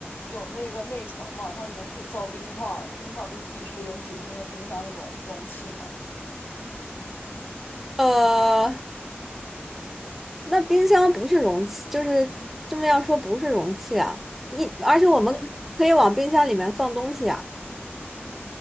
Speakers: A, on the left; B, in the centre.
A: 有那个内层嘛，然后里面可以造冰块儿，冰块儿不是必须的，你只是那个冰箱那种容器嘛。
B: 呃，那冰箱不是容器，就是这么要说不是容器啊。你而且我们可可以往冰箱里面放东西啊。
A: 呃，对，